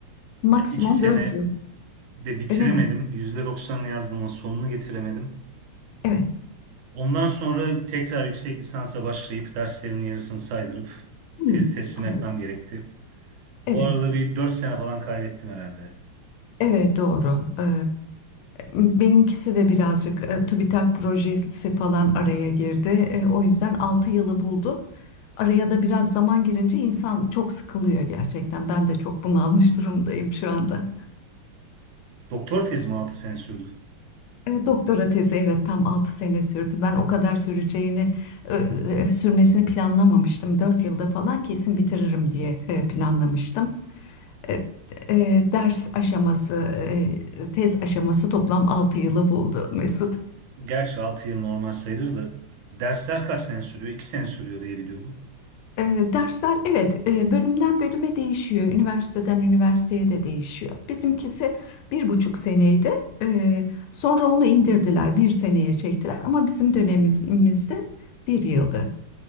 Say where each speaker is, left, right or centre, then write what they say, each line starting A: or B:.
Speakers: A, on the left; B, on the right.
A: maksimum
B: Ya iki sene
A: 4 yıl.
B: de bitiremedim.
A: Öyle mi?
B: %90'ını yazdım ama sonunu getiremedim.
A: Evet.
B: Ondan sonra tekrar yüksek lisansa başlayıp derslerimin yarısını saydırıp
A: Hmm,
B: tezi teslim
A: anladım.
B: etmem gerekti. O
A: Evet.
B: arada bir 4 sene falan kaybettim herhalde.
A: Evet doğru. E, benimkisi de birazcık e, TÜBİTAK projesi falan araya girdi. E, o yüzden 6 yılı buldu. Araya da biraz zaman girince insan çok sıkılıyor gerçekten. Ben de çok bunalmış durumdayım şu anda.
B: Doktor tezim 6 sene sürdü.
A: E, Doktora tezi evet tam 6 sene sürdü. Ben o kadar süreceğini e, e, sürmesini planlamamıştım. 4 yılda falan kesin bitiririm diye e, planlamıştım. E, e, Ders aşaması, e, tez aşaması toplam 6 yılı buldu Mesut.
B: Gerçi 6 yıl normal sayılır da dersler kaç sene sürüyor? 2 sene sürüyor diye biliyorum.
A: E, Dersler evet e, bölümden bölüme değişiyor. Üniversiteden üniversiteye de değişiyor. Bizimkisi bir buçuk seneydi. E, Sonra onu indirdiler, bir seneye çektiler. Ama bizim dönemimizde bir yıldı.